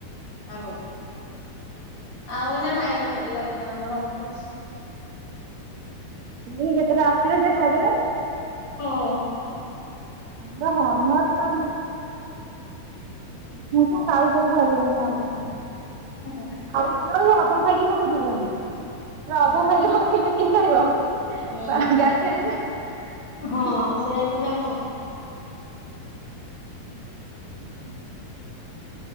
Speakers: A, on the left; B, on the right.
A: ଆମ୍ବକୁ। ଆଉ ଏଇନା ହାଇଁ ଟୋଟାଲି ଗଛରେ ଆମ୍ବ ଫାମ୍ବ କିଛି।
B: ଯିଏ ଯେତଟା ଆସିଥିବେ ସିଏ ଖାଇଦେବେ ଆଉ।
A: ହଁ।
B: ଆମର ହନୁ ଆସିଲାଣି। ମୂଷା କାଉ ସବୁ ଖାଇ ଦଉଛନ୍ତି ଆମ୍ବକୁ।
A: ଓହୋ।
B: ଖାଉଛନ୍ତି ତାକୁ ଅଧା ଖାଇକି ପକେଇ ଦଉଛନ୍ତି। ପୁରା ଅଧା ଖାଇକି ପକେଇଲେ କି ଖାଇବ?
A: ହୁଁ।
B: ଆହା ଗାଈ ଖାଇବ।
A: ହଁ ଆଉ ସେଇଆ ନୁହେଁ ତ ଆଉ କଣ?
B: ଉ <inaudible>